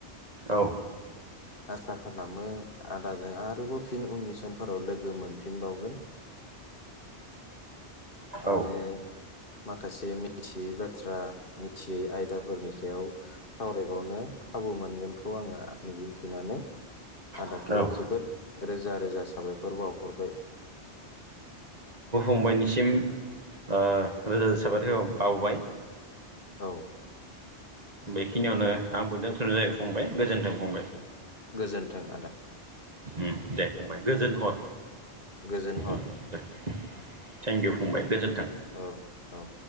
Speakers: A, on the right; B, on the left.
A: औ
B: आसा खालामो आदाजों आरोबाव फिन उननि समफोराव लोगो मोनफिनबावगोन आरो
A: औ
B: माखासे मिथियै बाथ्रा मिथियै आयदाफोरनि सायाव सावरायबावनो खाबु मोनगोनखौ आंङो मिजिंथिनानै आदाखौ
A: औ
B: जोबोद रोजा रोजा साबायखर बाउहरबाय।
A: फंबाइनिसिम ओ रोजा रोजा साबायदखर बाउबाय।
B: औ
A: बेखिनियावनो आंबो दोनथनाय जाबाय फंबाइ गोजोन्थों फंबाइ।
B: गोजोन्थों आदा।
A: उम दे फंबाय गोजोन
B: गोजोनथों
A: हर
B: गोजोन हर।
A: उम दे थेंक इउ फंबाइ गोजोन्थों।
B: औ औ